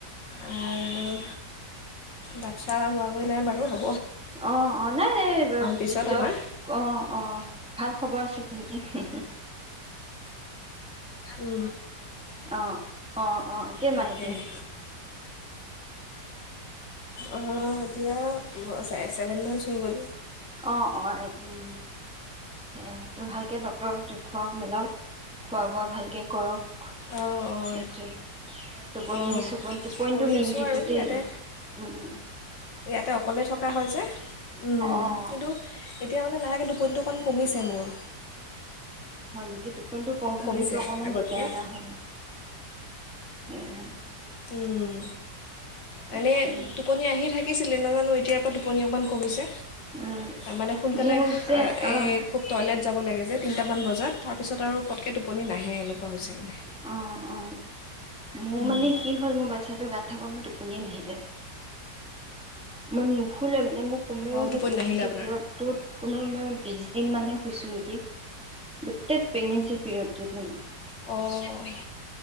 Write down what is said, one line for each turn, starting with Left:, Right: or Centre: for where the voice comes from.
Left: আৰু, বাচ্ছা হোৱা হৈ নাই বাৰু হ
Centre: অ, অ, নাই, নাই
Left: পিছত
Centre: জব,
Left: আমাৰ
Centre: অ অ ভাল খবৰ আছে। নিকি, হু-হু।
Left: উম
Centre: অ'- অ'- অ', কেইমাহ
Left: তাকেহে
Centre: এতিয়া?
Left: অ', এতিয়া ছেভেন মন্স হৈ গল।
Centre: অ'-অ'-এই-উম, সে তই ভালকে ডক্ উম দেখুৱাওক মেলাওক, খোৱা বোৱা ভালকে কৰক
Left: অঁ অঁ
Centre: সেইটোৱেই। টোপনি-ছোপনি
Left: অঁ
Centre: টোপনিটো
Left: কৰি
Centre: মেইন
Left: আছোঁ
Centre: কিন্তু
Left: আৰু
Centre: দেই,
Left: ইয়াতে
Centre: উম-উম।
Left: ইয়াতে অকলে থক বা হয় যে, উম,
Centre: অঁ
Left: কিন্তু এতিয়া মানে লাহেকে দুপনিটো অকণ কমিছে মোৰ
Centre: হয় নেকি? টোপনিটো কম হ'লে
Left: কমিছে
Centre: কিন্তু অকমান
Left: আগতকৈ
Centre: দিগদাৰ এটা হয়। <unintelligible>
Left: উমম
Centre: তাকে
Left: এনেই টোপনি আহি থাকিছিলে নাজানো এতিয়াৰ পৰা টোপনি অকনমান কমিছে
Centre: উম,
Left: মানে সোনকালে
Centre: মোৰ
Left: আহ
Centre: যে অঁ
Left: এই খুব টয়লেট যাব লাগে তিনিটামান বজাত তাৰপিছত আৰু পটকে টোপনি নাই। হে এনেকুৱা হৈছে মানে।
Centre: অ অ, মোৰ
Left: উম।
Centre: মানে কি হল মোৰ বাচ্ছাটো গাত থাকক মোৰ টোপনিয়ে নাহিলে। মই নুশুলে মানে মোক কমেও
Left: অঁ টোপনি
Centre: সেই প্ৰেগনেঞ্চি
Left: নাহিলে আপোনাৰ
Centre: পিৰিয়ডটোত, পুণৰ মানে <unintelligible> তিন মাহহে শুইছো নেকি। গোটেই প্ৰেগনেঞ্চি পিৰিয়ডত মানে।
Left: অঁ।